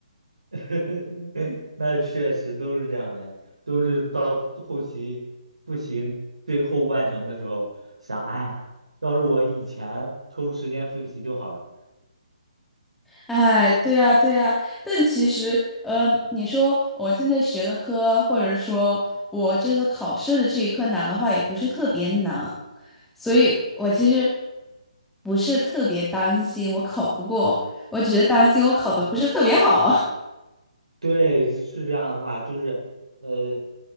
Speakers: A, on the right; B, in the centre.
A: <laughs> 那确实都是这样的，都是到后期复习最后半程的时候，想，哎呀，要是我以前抽时间复习就好了，
B: 哎，对呀，对呀，但其实，嗯，你说我现在学的科，或者说我这次考试的这一科难的话，也不是特别难，所以我其实不是特别担心我考不过，我只是担心我考的不是特别好。
A: 嗯。对，是是这样的话，就是呃，